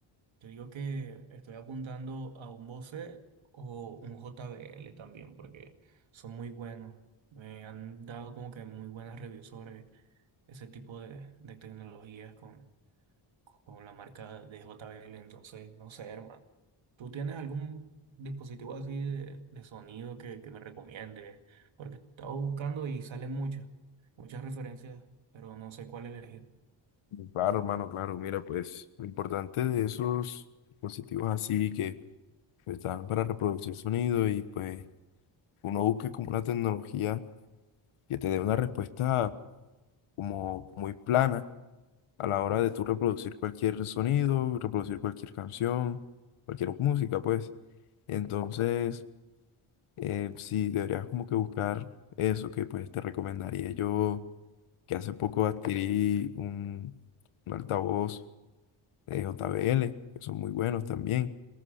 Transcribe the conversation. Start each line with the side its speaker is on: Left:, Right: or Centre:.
Right: Yo digo que estoy apuntando a un Bose o un JBL también porque son muy buenos. Me han dado como que muy buenas reviews sobre ese tipo de, de tecnologías con, con la marca de JBL, entonces no sé, hermano. ¿Tú tienes algún dispositivo así de, de sonido que, que me recomiendes? Porque estaba buscando y salen muchas, muchas referencias, pero no sé cuál elegir.
Left: y claro, hermano, claro, mira, pues lo importante de esos dispositivos así que pues, están para reproducir sonido y pues uno busca como una tecnología que te dé una respuesta como muy plana a la hora de tú reproducir cualquier sonido, reproducir cualquier canción, cualquier música, pues. Entonces, eh, sí, deberías como que buscar eso que pues te recomendaría yo, que hace poco adquirí un, un altavoz de JBL, que son muy buenos también,